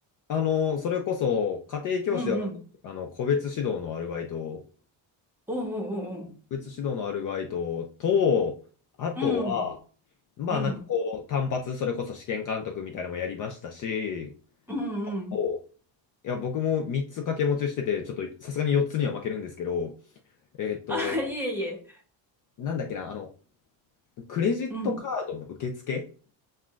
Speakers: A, on the left; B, in the centre.
A: あの、それこそ家庭教師ではなく、
B: うんうん。
A: あの、個別指導のアルバイト、
B: おうおうおうおう。
A: 個別指導のアルバイトと、あとは、
B: うん。
A: まあなんかこう、
B: うん。
A: 単発、それこそ試験監督みたいなのもやりましたし、
B: うんうん。
A: おいや、僕も3つ掛け持ちしてて、ちょっとさすがに4つには負けるんですけど、えっと、
B: あ、いえいえ。
A: なんだっけな、あの、クレジットカードの受付
B: うん。